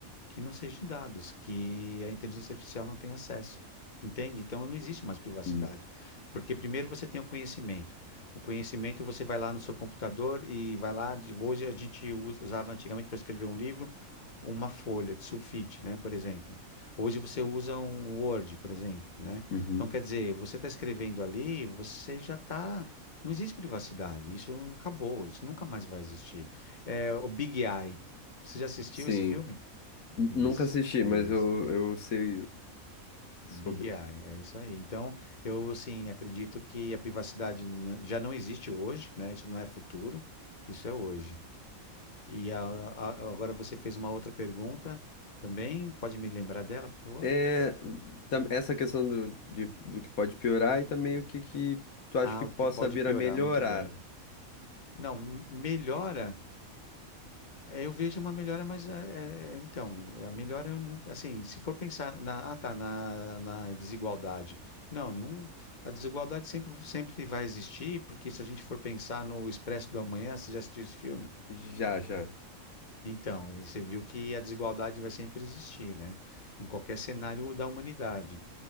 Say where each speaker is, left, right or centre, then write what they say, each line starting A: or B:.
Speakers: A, on the left (about 35°); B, on the left (about 80°).
A: que não seja dados, que a inteligência artificial não tem acesso. Entende? Então não existe mais privacidade.
B: Uhum.
A: Porque primeiro você tem o conhecimento. O conhecimento você vai lá no seu computador e vai lá. de- Hoje a gente usa- usava antigamente para escrever um livro. uma folha de sulfite, né, por exemplo. Hoje você usa um Word, por exemplo, né?
B: uhum.
A: Então, quer dizer, você está escrevendo ali, você já está. Não existe privacidade, isso acabou, isso nunca mais vai existir. É, o Big Eye. Você já assistiu
B: Sim.
A: esse filme?
B: N-
A: Isso,
B: Nunca assisti,
A: é
B: mas
A: isso.
B: eu, eu sei sobre.
A: O Big Eye, é isso aí. Então, eu, assim, acredito que a privacidade n- já não existe hoje, né? Isso não é futuro, isso é hoje. E a- a- agora você fez uma outra pergunta também. Pode me lembrar dela, por favor?
B: É, tam- essa questão do, de- do que pode piorar e também o que, que tu acha
A: Ah,
B: que
A: o
B: possa
A: que pode
B: vir
A: piorar,
B: a melhorar.
A: muito bem. Não, m- melhora, eh, eu vejo uma melhora, mas eh, eh, então, a melhora eu não, assim, se for pensar na, ah, tá, na, na desigualdade. Não, não, a desigualdade sempre, sempre vai existir, porque se a gente for pensar no Expresso do Amanhã, você já assistiu esse filme?
B: Já, já.
A: Então, você viu que a desigualdade vai sempre existir, né? Em qualquer cenário da humanidade.